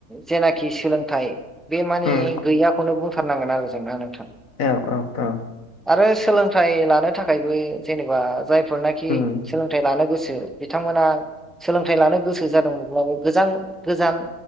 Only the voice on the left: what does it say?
उम
औ औ औ।
उम